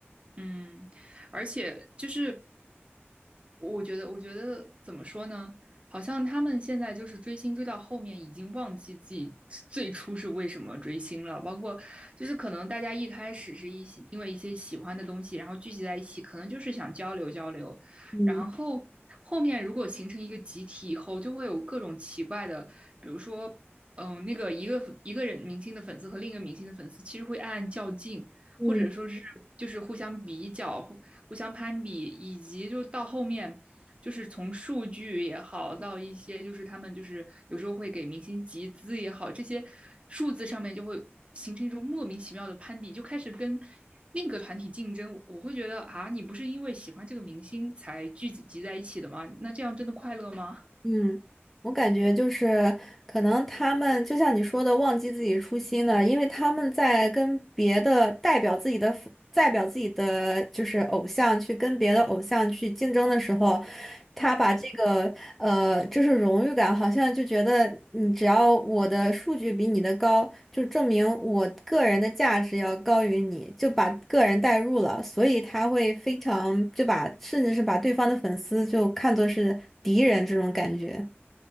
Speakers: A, on the right; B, in the centre.
A: 嗯，而且就是我觉得，我觉得怎么说呢？好像他们现在就是追星追到后面，已经忘记自己最初是为什么追星了。包括就是可能大家一开始是一些因为一些喜欢的东西，然后聚集在一起，可能就是想交流交流。
B: 嗯
A: 然后后面如果形成一个集体以后，就会有各种奇怪的，比如说，嗯，那个一个一个人明星的粉丝和另一个明星的粉丝，其实会暗暗较劲。
B: 嗯
A: 或者说是就是互相比较，互相攀比，以及就到后面。就是从数据也好，到一些就是他们就是有时候会给明星集资也好，这些数字上面就会形成一种莫名其妙的攀比，就开始跟另一个团体竞争。我会觉得啊，你不是因为喜欢这个明星才聚集在一起的吗？那这样真的快乐吗？
B: 嗯。我感觉就是可能他们就像你说的，忘记自己初心了，因为他们在跟别的代表自己的代表自己的就是偶像去跟别的偶像去竞争的时候，他把这个呃就是荣誉感，好像就觉得你只要我的数据比你的高，就证明我个人的价值要高于你，就把个人带入了，所以他会非常就把甚至是把对方的粉丝就看作是敌人这种感觉。